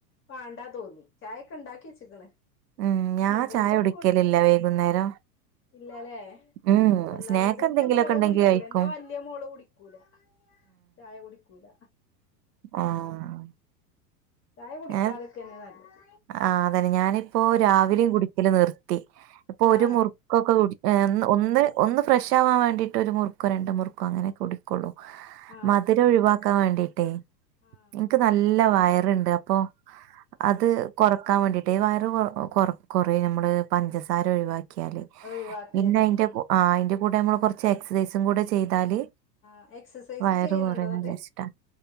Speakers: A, on the left; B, on the right.
A: വേണ്ടാ തോന്നി ചായയൊക്കെ ഉണ്ടാക്കി വെച്ചക്കണ്
B: ഉം ഞാൻ
A: ഇവർക്കൊക്കെ
B: ചായ കുടിക്കലില്ല
A: കൊടുത്തു
B: വൈകുന്നേരം.
A: ഇല്ലല്ലേ
B: ഉം
A: ഒന്നാമത്
B: സ്നാക്ക് എന്തെങ്കിലുമൊക്കെ
A: എന്റെ മോള്
B: ഉണ്ടെങ്കി
A: കുടിക്കൂല
B: കഴിക്കും.
A: എന്റെ വലയ മോള് കുടിക്കൂല ചായ കുടിക്കൂല
B: ആഹ
A: ഉം ചായ കുടിക്കാതൊക്കെന്നെ
B: ഏ
A: നല്ലത്
B: ആ അതന്നെ ഞാനിപ്പോ രാവിലെയും കുടിക്കല നിർ ഇപ്പൊ
A: ആ
B: ഒരു മുറുക്കൊക്കെടി ഒന്ന് ഒന്ന് ഫ്രഷാവാൻ വേണ്ടിട്ട് ഒരു മുറുക്കോ രണ്ട് മുറുക്കോ അങ്ങനെക്കെ കുടിക്കൊുള്ളൂ
A: ആ
B: മധുരം ഒഴിവാക്കാൻ വേണ്ടിട്ടേ
A: ആ ആ
B: എനിക്ക്
A: ആ
B: നല്ല വായ ഉണ്ട് <unintelligible> പ്പ <unintelligible>
A: ആഹ്
B: അത് കൊറക്കാൻ വേണ്ടിട്ട് വ കൊററ <unintelligible> ന പ ഒന്ന <unintelligible>
A: ഒഴിവാക്കിയാല് ഉം
B: കൂടെ നമ്മള് കൊറച്ച് എക്സസൈസും കൂടെ ചെയ്താല്
A: ആഹ് എക്സസൈസ്
B: വയറ്
A: ചെയ്യണുണ്ടോ
B: കൊറീം
A: എന്നിട്ട്
B: വിചാരിച്ചിട്ടാ